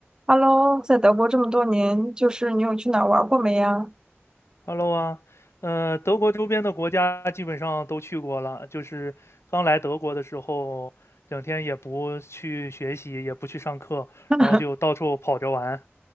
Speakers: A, on the right; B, on the left.
A: Hello，在德国这么多年，就是你有去哪儿玩过没呀？
B: Hello 啊，呃，德国周边的国家基本上都去过了。就是刚来德国的时候，整天也不去学习，也不去上课，
A: <laughs>
B: 然后就到处跑着玩。